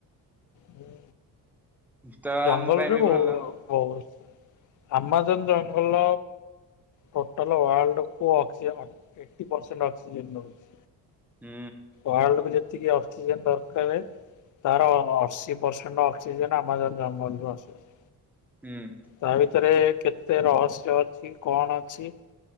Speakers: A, on the left (about 50°); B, in the centre.
A: ହୁଁ।
B: ତ
A: ଜଙ୍ଗଲରେ
B: ଆମ ପାଇଁ ବି
A: ବହୁ
B: ଭଲ
A: ବହୁତ ଆମାଜନ ଜଙ୍ଗଲ ଟୋଟାଲ ୱାର୍ଡକୁ କୁ ଅକ୍ସିଜେନ ଫିଫ୍ଟି ପରସେଣ୍ଟ ଅକ୍ସିଜେନ ଦଉଛି।
B: ହୁଁ
A: ୱାଲ୍ଡ କୁ ଯେ ଯେତିକି ଅକ୍ସିଜେନ ଦରକାର ତାର ଅ ଅଶୀ ପରସେଣ୍ଟ ଅକ୍ସିଜେନ ଆମାଜନ୍ ଜାଙ୍ଗଲ ରୁ ଆସୁଅଛି।
B: ହୁଁ।
A: ତା ଭିତରେ କେତେ ରହସ୍ୟ ଅଛି କଣ ଅଛି